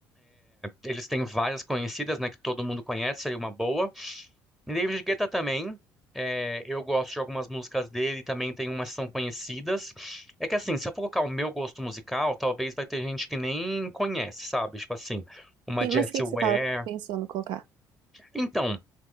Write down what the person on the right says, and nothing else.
Sim,
mas o que que
você tava pensando em colocar?